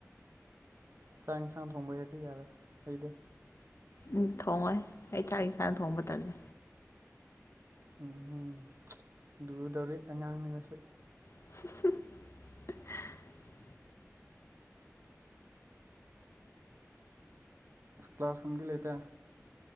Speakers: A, on the right; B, on the left.
A: ꯆꯥꯛ ꯏꯟꯁꯥꯡ ꯊꯣꯡꯕ ꯍꯩꯔꯗꯤ ꯌꯥꯔꯦ ꯑꯩꯗꯤ
B: ꯎꯝ ꯊꯣꯡꯉꯣꯏ ꯑꯩ ꯆꯥꯛ ꯏꯟꯁꯥꯡ ꯊꯣꯡꯕ ꯇꯜꯂꯦ
A: ꯎꯝꯍꯨꯝ ꯂꯨꯒꯗꯧꯔꯤ ꯑꯉꯥꯡꯅꯦ ꯃꯁꯦ
B: <unintelligible>
A: ꯀ꯭ꯂꯥꯁ ꯀꯨꯝꯗꯤ ꯂꯩꯇꯦ